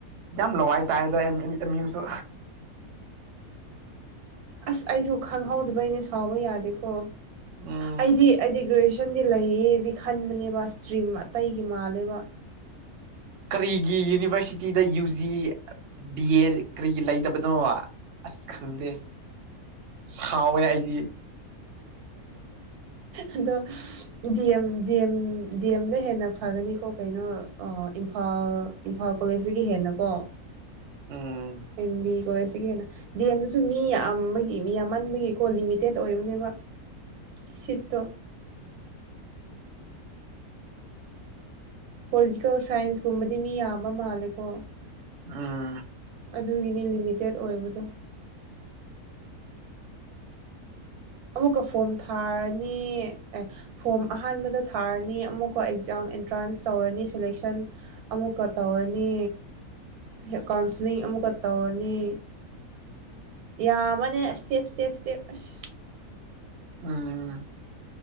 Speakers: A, on the right; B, on the right.
A: ꯌꯥꯝ ꯂꯋꯥꯏ ꯇꯥꯏꯗꯣ ꯑꯦꯝ ꯌꯨꯁꯨ
B: ꯑꯁ ꯑꯩꯁꯨ ꯈꯪꯍꯧꯗꯕꯩꯩꯅ ꯁꯥꯎꯕ ꯌꯥꯗꯦꯀꯣ
A: ꯎꯝ
B: ꯑꯩꯗꯤ ꯑꯩꯗꯤ ꯒ꯭ꯔꯦꯖꯨꯦꯁꯟꯗꯤ ꯂꯩꯌꯦꯗꯤ ꯈꯟꯕꯅꯦꯕ ꯏꯁꯇ꯭ꯔꯤꯝ ꯑꯇꯩꯒꯤ ꯃꯥꯜꯂꯦꯕ
A: ꯀꯔꯤꯒꯤ ꯌꯨꯅꯤꯕꯔꯁꯤꯇꯤꯗ ꯌꯨ ꯖꯤ ꯕꯤ ꯑꯦ ꯀꯔꯤ ꯂꯩꯇꯕꯅꯣ ꯑꯁ ꯈꯪꯗꯦ ꯁꯥꯎꯋꯦ ꯑꯩꯗꯤ
B: ꯑꯗꯣ ꯗꯤꯑꯦꯝ ꯗꯤꯑꯦꯝ ꯗꯤꯑꯦꯝꯗ ꯍꯦꯟꯅ ꯐꯒꯅꯤꯀꯣ ꯀꯩꯅꯣ ꯏꯝꯐꯥꯜ ꯏꯝꯐꯥꯜ ꯀꯣꯂꯦꯖꯇꯒꯤ ꯍꯦꯟꯅꯀꯣ
A: ꯎꯝ
B: ꯏ ꯃꯤ ꯀꯣꯂꯦꯖꯇꯥꯒꯤ ꯍꯦꯟꯅꯥ ꯗ ꯑꯦꯝꯗꯁꯨ ꯃꯤ ꯌꯥꯝꯕꯒꯤ ꯃꯤ ꯌꯥꯝꯃꯟꯕꯒꯤꯀꯣ ꯂꯤꯃꯤꯇꯦꯠ ꯑꯣꯏꯕꯅꯦꯕ ꯁꯤꯠꯇꯣ ꯄꯣꯂꯤꯇꯤꯀꯦꯜ ꯁꯥꯏꯟꯁꯀꯨꯝꯕꯗꯤ ꯃꯤ ꯌꯥꯝꯕ ꯃꯥꯜꯂꯦꯀꯣ
A: ꯑꯝ
B: ꯑꯗꯨꯒꯤꯅꯤ ꯂꯤꯃꯤꯇꯦꯠ ꯑꯣꯏꯕꯗꯣ ꯑꯃꯨꯛꯀ ꯐꯣꯝ ꯊꯥꯔꯅꯤ ꯑꯦ ꯐꯣꯝ ꯑꯍꯥꯟꯕꯗ ꯊꯥꯔꯅꯤ ꯑꯃꯨꯛꯀ ꯑꯦꯛꯖꯥꯝ ꯑꯦꯟꯇ꯭ꯔꯥꯟꯁ ꯇꯧꯔꯅꯤ ꯁꯦꯂꯦꯛꯁꯟ ꯑꯃꯨꯛꯀ ꯇꯧꯔꯅꯤ ꯍꯦꯛ ꯀꯥꯎꯟꯁꯤꯂꯤꯡ ꯑꯃꯨꯛꯀ ꯇꯧꯔꯅꯤ ꯌꯥꯝꯃꯅꯦ ꯁꯇꯦꯞ ꯁ꯭ꯇꯦꯞ ꯁ꯭ꯇꯦꯞ ꯑꯁ
A: ꯎꯝ